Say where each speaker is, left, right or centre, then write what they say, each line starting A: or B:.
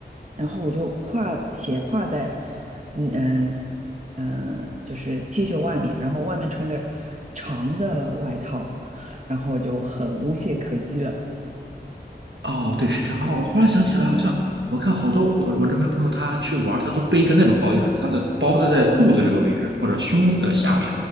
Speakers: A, on the right (about 40°); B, on the right (about 85°).
A: 然后我就挎斜挎在，嗯嗯嗯，就是 T 恤外面，然后外面穿个长的外套，然后我就很无懈可击了。
B: <laughs> 哦，对，是这样。哦，我忽然想起来，好像我看好多我我这边朋友他去玩他都背一个那种包，就是他的包都在肚子这个位置或者胸的下面